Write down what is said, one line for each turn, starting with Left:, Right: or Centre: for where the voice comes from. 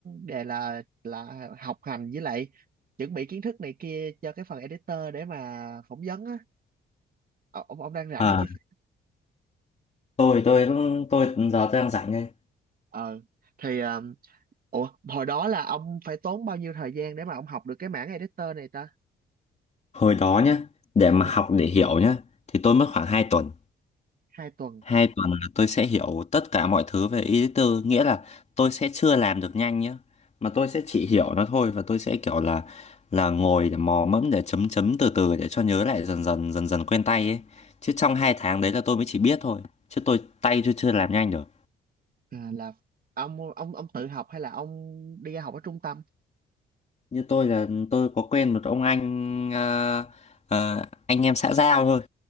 Right: đề là là học hành với lại chuẩn bị kiến thức này kia cho cái phần editor để mà phỏng vấn á Ờ, ông ông đang rảnh
Left: À,
Right: để chia sẻ
Left: tôi tôi cũng tôi ừ, giờ tôi đang rảnh đây.
Right: ờ thì ờ, ủa hồi đó là ông phải tốn bao nhiêu thời gian để mà ông học được cái mảng editor này ta
Left: Hồi đó nhá, để mà
Right: ừ,
Left: học để hiểu nhá thì tôi mất khoảng 2 tuần.
Right: hai tuần
Left: Hai tuần là tôi sẽ hiểu tất cả mọi thứ về editor, nghĩa là tôi sẽ chưa làm được nhanh nhá, mà tôi sẽ chỉ hiểu nó thôi và tôi sẽ kiểu là là ngồi để mò mẫm để chấm chấm từ từ để cho nhớ lại dần dần dần dần quen tay ấy. Chứ trong hai tháng đấy là tôi mới chỉ biết thôi, chứ tôi tay tôi chưa làm nhanh được.
Right: à, là ông ông ông tự học hay là ông đi học ở trung tâm
Left: Như tôi là tôi có quen một ông anh à, à, anh em xã giao thôi.